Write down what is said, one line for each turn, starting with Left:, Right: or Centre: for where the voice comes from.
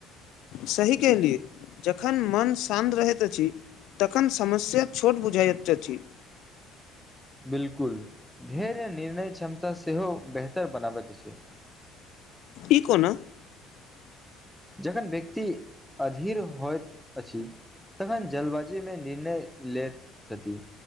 Left: सही कहलियै जखन मन शान्त रहैत अछि तखन समस्या छोट बुझाइत अछि
Centre: बिलकुल धैर्य निर्णय क्षमता सेहो बेहतर बनाबैत अछि
Left: ई कोना
Centre: जखन व्यक्ति अधीर होइत अछि तखन जलबाजू मे निर्णय ले छथि